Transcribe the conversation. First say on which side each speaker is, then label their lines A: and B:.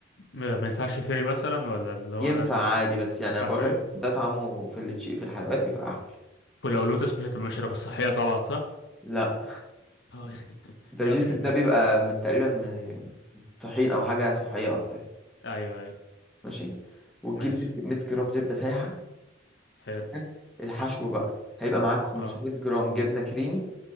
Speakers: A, on the left; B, in the centre.
A: ما ما ينفعش فري مثلا ولا اللي هو
B: ينفع
A: لازم
B: عادي بس يعني
A: ينفع
B: انا بقول
A: فري
B: لك ده طعمه في التشي في الحلويات بيبقى احلى
A: ولو
B: ماشي
A: لوتس مش هتبقى مش هتبقى صحية طبعا صح
B: لا
A: آه. <laughs>
B: دايجستيف
A: كمل
B: ده
A: ماشي
B: بيبقى من تقريبا من طحين او حاجه صحيه اكتر يعني.
A: ايوه ايوه
B: ماشي وتجيب
A: ماشي
B: 100 جرام زبده سايحه
A: حلو
B: حلو؟ الحشو بقى هيبقى معاك 500
A: اه
B: جرام جبنه كريمي